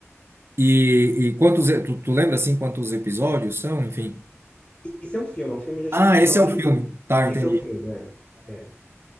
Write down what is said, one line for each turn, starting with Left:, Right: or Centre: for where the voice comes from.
Right: E, e quantos, e- tu, tu lembra assim quantos episódios são, enfim?
Left: Esse é um filme, é um filme de, acho
Right: Ah,
Left: que de uma
Right: esse
Left: hora
Right: é o filme.
Left: e meia.
Right: Tá,
Left: Esse
Right: entendi.
Left: é o filme, né? É.